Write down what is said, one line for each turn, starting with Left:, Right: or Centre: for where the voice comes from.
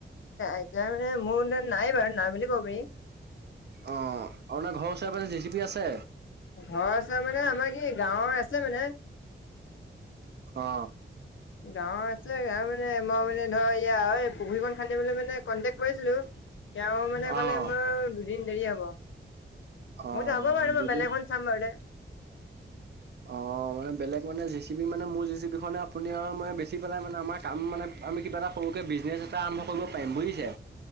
Left: এতিয়া মানে মোৰ নাই বাৰু নাই বুলি কব পাৰি।
Right: অ, আপোনাৰ ঘৰৰ ওচৰ পাজৰে জি চি পি আছে?
Left: ঘৰ ওছৰ মানে আমাৰ কি গাঁৱৰ আছে মানে।
Right: অ।
Left: গাঁৱৰ আছে, মানে মই মানে ধৰ এয়া এই পুখুৰীকখন খান্দিবলৈ মানে কণ্টেক্ট কৰিছিলোঁ। তেওঁ মানে কলে,
Right: অ',
Left: মোৰ দুদিন দেৰি হব।
Right: অ',
Left: মইতো হ'ব বাৰু
Right: দুদিন
Left: মই বেলেগখন চাম বাৰু।
Right: অ। অ মানে বেলেগ মানে যে চি পি মানে মোৰ যেচিপিনে আপুনি আৰু মই বেছি পেলাই মানে আমাৰ কাম মানে আমি কিবা এটা কৰো। ৰুকে <unintelligible> বিজনেছ এটা আৰম্ভ কৰিব পাৰিম বুজিছে।